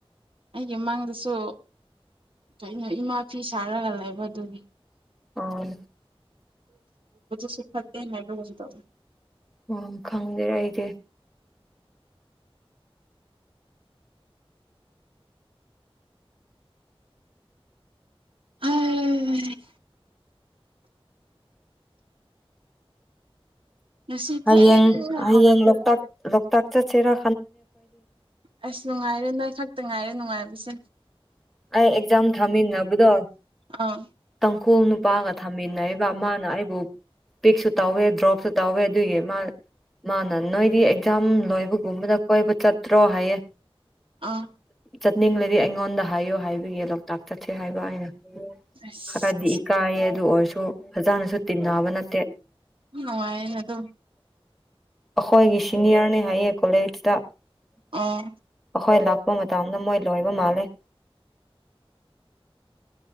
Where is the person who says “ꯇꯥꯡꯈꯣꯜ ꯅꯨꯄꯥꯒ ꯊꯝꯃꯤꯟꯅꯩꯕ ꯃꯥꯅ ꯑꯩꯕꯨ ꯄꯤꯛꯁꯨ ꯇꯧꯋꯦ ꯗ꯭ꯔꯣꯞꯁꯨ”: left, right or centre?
Centre